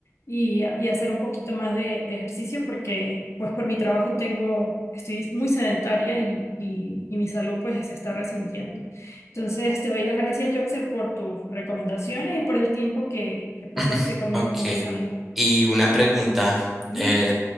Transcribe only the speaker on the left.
y, a- y hacer un poquito más de, de ejercicio porque pues por mi trabajo tengo, estoy muy sedentaria y, y, y mi salud pues se está resintiendo. Entonces, te doy las gracias, Joxer, por tus recomendaciones y por el tiempo que que pasaste
conmigo
conversando.
Dime.